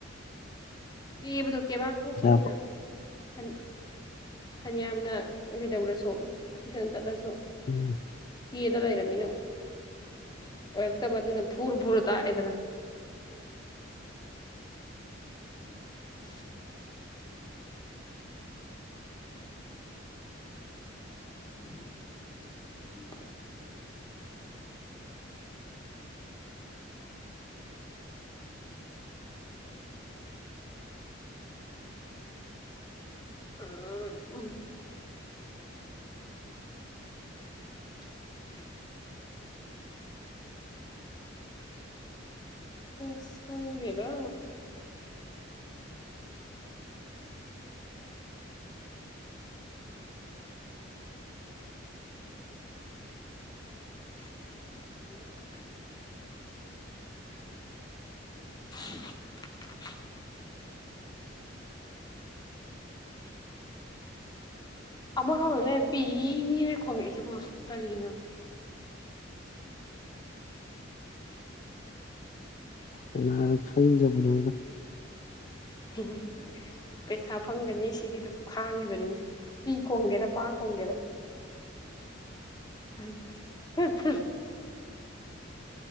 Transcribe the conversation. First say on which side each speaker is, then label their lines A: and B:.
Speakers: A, on the left; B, on the left.
A: ꯀꯦꯕꯗꯣ ꯀꯩꯕꯥꯥꯛ ꯊꯣꯛꯄꯅꯤꯅ
B: ꯏꯁꯥꯕꯨ
A: ꯐꯟ ꯐꯅꯌꯥꯝꯅ ꯀꯩꯗꯧꯔꯁꯨ ꯇꯨꯏꯁꯟ ꯆꯠꯂꯁꯨ
B: ꯎꯝ
A: ꯀꯦꯗ ꯂꯩꯔꯕꯃꯤꯅ ꯑꯣꯏꯔꯛꯇꯕ ꯑꯗꯨꯅ ꯐꯨꯔ ꯐꯨꯔ ꯇꯥꯛꯑꯦꯗꯅ <unintelligible> ꯎꯝ ꯑ ꯎꯝ <unintelligible> ꯏꯁ ꯈꯪꯗꯦꯗ <unintelligible> <inaudible> <unintelligible> ꯑꯃꯒꯅꯦ ꯄꯤꯅ ꯈꯣꯡꯉꯛꯏꯁꯤꯕꯣ ꯀꯔꯤꯒꯤꯅꯣ
B: ꯀꯅꯥꯅ ꯈꯪꯖꯕꯅꯣꯗ
A: ꯇꯕꯨ ꯄꯩꯁꯥ ꯐꯪꯒꯅꯤ ꯁꯤꯒꯤ ꯗꯨꯝ ꯈꯥꯡꯉꯤꯕꯅꯤ ꯄꯤ ꯈꯣꯡꯒꯦꯔ ꯄꯥ ꯈꯣꯡꯒꯦꯔꯥ <unintelligible>